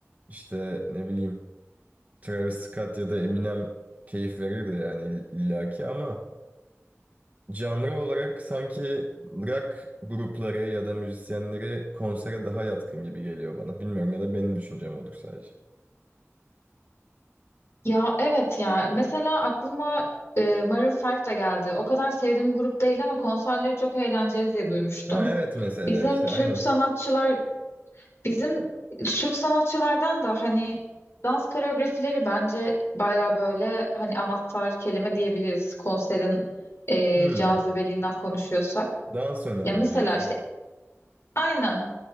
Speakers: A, on the right (about 30°); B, on the left (about 60°).
A: işte ne bileyim Travis Scott ya da Eminem keyif verirdi yani ill- illaki ama canlı olarak sanki rock grupları ya da müzisyenleri konsere daha yatkın gibi geliyor bana. Bilmiyorum ya da benim düşüncem olur sadece.
B: Ya evet ya mesela aklıma e, Maroon 5 de geldi. O kadar sevdiğim bir grup değil ama konserleri çok eğlenceli diye duymuştum.
A: Ha evet mesela
B: Bizim
A: işte
B: Türk
A: aynen.
B: sanatçılar Bizim Türk sanatçılardan da hani dans koreografileri bence baya böyle hani anahtar kelime diyebiliriz konserin e,
A: Hmm,
B: cazibeliğinden konuşuyorsak.
A: dans önemli
B: Ya mesela
A: diyorsun.
B: işte aynen